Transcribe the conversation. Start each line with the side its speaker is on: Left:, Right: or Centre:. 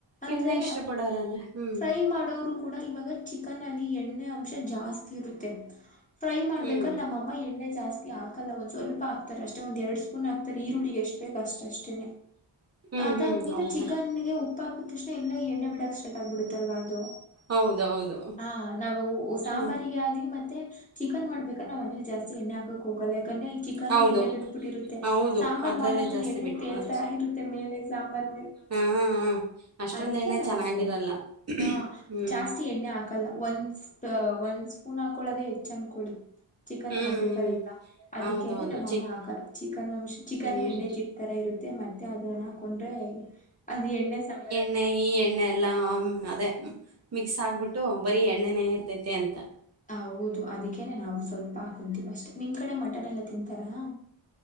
Left: ಅಂದ್ರೆ
Right: ಎಣ್ಣೆ ಇಷ್ಟ ಪಡೋರಾದ್ರೆ ಹ್ಮ್
Left: ಫ್ರೈ ಮಾಡೋರು ಕೂಡ ಇವಾಗ ಚಿಕನ್ ಎಣ್ಣೆ ಅಂಶ ಜಾಸ್ತಿ ಇರುತ್ತೆ ಫ್ರೈ ಮಾಡ್ಬೇಕ್ರ
Right: ಹ್ಮ್
Left: ನಮ್ಮಮ್ಮ ಎಣ್ಣೆ ಜಾಸ್ತಿ ಾಕಲ್ಲಂದಂದು ಸ್ವಲ್ಪ ಹಕ್ತಾರೆ ಅಷ್ಟೆಂದ ಎಡು ಸ್ಪೂನ್ ಹಾಕ್ ಈರುಳ್ಳ ಎಷ್ಟ ಬೇಕ ಅಷ್ಟಷ್ಟೇ
Right: ಹ್ಮ್
Left: ಅದಾದ್ಮೇಲೆ
Right: ಹ್ಮ್ ಹೌದಾ
Left: ಚಿಕನ್ಗೆ ಉಪ್ಪ ಹಾಕ ಎ್ಣೆ ಬಿಡಕ್ ಸ್ಟ್ರಕ್ ಆಗ್ಬ ಬಿಡುತ್ತಲ್ವಾ ಅದು
Right: ಹೌದು ಹೌದು
Left: ಹಾ ನಾವವು ಸಾಂಬಾರಿಗೆ
Right: ಹ್ಮ್
Left: ಯಾವವು್ದಿ ಮತ್ತೆ ಚಿಕನ್ ಮಾಡ್ಬೇಕ ನಾವವು್ನೇಲಿ ಜಾಸ್ ಎಣ್ಣ ಹಾಕಕ್ ಹೋಗಲ್ಲ ಚಿಕನ್
Right: ಹೌದು
Left: ಎಣ್ಣೆ ಬಿಟ್ಬಿಟ್ಟಿರುತ್ತೆ
Right: ಹೌದು
Left: ಸಾಂಬಾರ್
Right: ಅದ್ರಲ್ಲೇ
Left: ಮಾಡಾದ್ಮೇಲೆ
Right: ಜಾಸ್ತಿ
Left: ಎಣ್ಣೆ
Right: ಬಿಟ್ಕೊಳೋದು
Left: ತೇಲ್ ತಾ ಇರುತ್ತೆ ಮೇಲೆ ಸಾಂಬಾರ್
Right: ಹಾ ಹಾ ಅಷ್ಟೊಂದು
Left: ಅದಕ್ಕೆಲ್ಲ
Right: ಎಣ್ಣೆ ಚೆನ್ನಾಗಿರಲ್ಲ
Left: ಹವ ಹ
Right: ಹ್ಮ್
Left: ಜಾಸ್ತಿ ಎಣ್ಣೆ ಹಾಕಲ್ಲ ಒಂದ್ ಒಂದ್ ಸ್ಪೂನ್ ಹಾಕಳದೆ ಹೆಚ್ಚು ಚಂದಕೊಳ್ಳಿ ಚಿಕನ್
Right: ಹ್ಮ್
Left: ಮಾಡ್ಬೇಕಾದಿಲ್ಲ
Right: ಹ್ಮ್
Left: ಅದಕ್ಕೇನೆ
Right: ಹೌದೌದು
Left: ನಮ್ಮಮ್ಮ
Right: ಚಿಕ್
Left: ಹಾಕಲ್ಲ ಚಿಕನ್ ಅಂಶ ಚಿಕನ್
Right: ಹ್ಮ್
Left: ಎಣ್ಣೆ ಚಿಟ್ತರ ಇರ ಮತ್ತೆ ಅದ ಹಾಕೊಂಡ್ರೆ ಅದು ಎಣ್ಣೆ ಸಾಂಬಾರ
Right: ಎ ಈ ಎಣ್ಣೆ ಎಲ್ಲಾ ಅದೇ ಮಿಕ್ಸ್ ಆಗ್ಬಿಟ್ಟು ಬರೀ ಎಣ್ಣೆನ ಇರ್ತೈತಿ ಅಂತ
Left: ಹ ಹೌದು ಅದಕ್ಕೇನೆ ನಾವು ಸ್ವಲ್ಪ ಕುಂತಿವಿ ಅಷ್ಟೇ ನಿಮ್ ಕಡೆ ಮಳೆ. ಮಟನ ಎಲ್ಲ ತಿಂತಾರಾ.